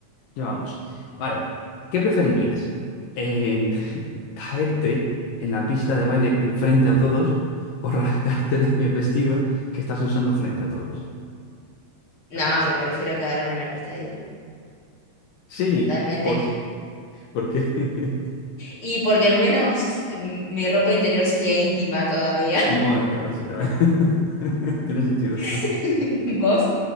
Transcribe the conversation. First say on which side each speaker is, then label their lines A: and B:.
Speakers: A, on the left (about 80°); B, on the left (about 40°).
A: ya vamos. Vale, ¿qué preferirías? Eh, <laughs> ¿caerte en la pista de baile enfrente a todos o <laughs> rasgarte el vestido que estás usando frente a todos?
B: No,
A: De Las
B: me
A: dos.
B: prefiero quedarme en la pista de hielo.
A: Sí,
B: Totalmente.
A: ¿por, por qué? <laughs>
B: Y porque al menos mm, mi ropa interior sería íntima todavía.
A: Bueno, ahora sí, tal vez. <laughs> Tiene sentido.
B: <laughs> ¿Vos?